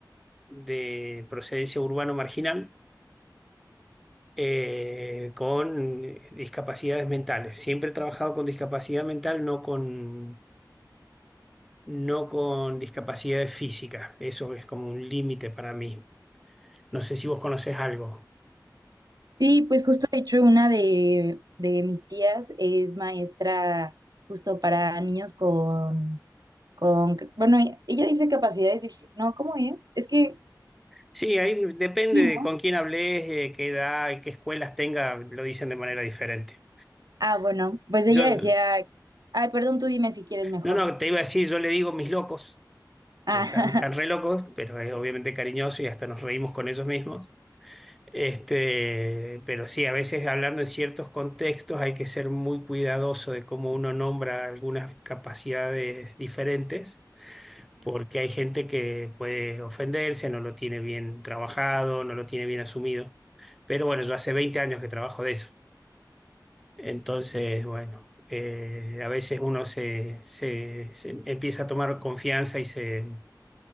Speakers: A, in the centre; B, on the right.
A: de procedencia urbano marginal eh, con discapacidades mentales. Siempre he trabajado con discapacidad mental, no con, no con discapacidades físicas. Eso es como un límite para mí. No sé si vos conocés algo.
B: Sí, pues justo de hecho una de, de mis tías es maestra justo para niños con, con, bueno, ella dice capacidades, dif- no, ¿cómo es? Es que,
A: Sí, ahí depende
B: sí, ¿no?
A: de con quién hables, eh, qué edad, y qué escuelas tenga, lo dicen de manera diferente.
B: Ah, bueno, pues
A: Yo,
B: ella decía, ay, perdón, tú dime si quieres mejor.
A: no, no, te iba a decir, yo le digo mis locos.
B: Ah,
A: porque están, están re locos, pero es obviamente cariñoso y hasta nos reímos con ellos mismos. Este, pero sí, a veces hablando en ciertos contextos hay que ser muy cuidadoso de cómo uno nombra algunas capacidades diferentes, porque hay gente que puede ofenderse, no lo tiene bien trabajado, no lo tiene bien asumido. Pero bueno, yo hace 20 años que trabajo de eso. Entonces, bueno, eh, a veces uno se, se se empieza a tomar confianza y se